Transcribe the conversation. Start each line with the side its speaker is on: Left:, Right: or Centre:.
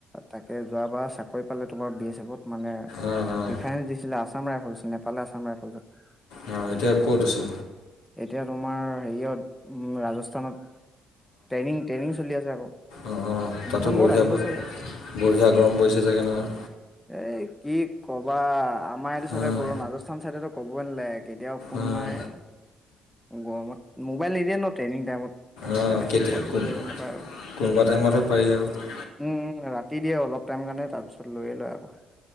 Centre: তাকে যোৱাবাৰ চাকৰি পালে তোমাৰ বি এ। <unintelligible> মানে
Left: অঁ
Centre: প্ৰিফাৰেন্স
Left: অঁ
Centre: দিছিলে, আছাম ৰাইফলছ নেপালে আছাম ৰাইফলছত।
Left: অ', এতিয়া ক'ত আছে?
Centre: এতিয়া তোমাৰ, হেৰিয়ত ৰাজস্থানত। ট্ৰেইনিং, ট্ৰেইনিং চলি আছে আকৌ।
Left: অ', অ', তাতো
Centre: ডিচেম্বৰত
Left: বঢ়ি-বঢ়িয়া
Centre: আহিব চাগে
Left: গৰম পৰিছে চাগে নহয়?
Centre: এ কি কবা, আমাৰ এইটো চাইডে
Left: অঁ
Centre: গৰম ৰাজস্থান চাইডেটো ক'বই নালাগে, কেতিয়াবা ফোন
Left: অঁ
Centre: মাৰে। গৰমত, মোবাইল নিদিয়ে নহয় ট্ৰেইনিং টাইমত। সেইকাৰণে,
Left: অঁ
Centre: বেছি
Left: কেতিয়া
Centre: কল চল
Left: কোন
Centre: কৰিব নেপায় আৰু।
Left: কোনোবা টাইমতহে পাৰি আৰু
Centre: উম, ৰাতি দিয়ে অলপ টাইমৰ কাৰণে। তাৰপিছত, লৈয়ে লয় আকৌ।